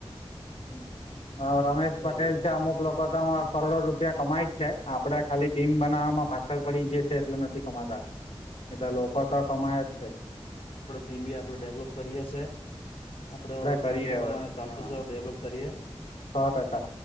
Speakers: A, on the left (about 65°); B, on the left (about 85°).
A: હમ
B: અ રમેશ
A: બરાબર
B: પટેલ છે અમુક લોકો તમા કરોડો રૂપિયા કમાય જ છે આપડે ખાલી ટીમ બનાવવામાં પાછળ પડી જઈશે એટલે નથી કમાતા. એતો લોકો તો કમાય જ છે.
A: આપડે ટીમ બી આપણે ડેવલોપ કરીએ છે. આપડે હવે પ્લાનિંગ
B: કરીએ
A: પ્રમાણે
B: હવે
A: ચાલતું
B: હા
A: છે હવે ડેવલપ કરીએ.
B: સો ટકા.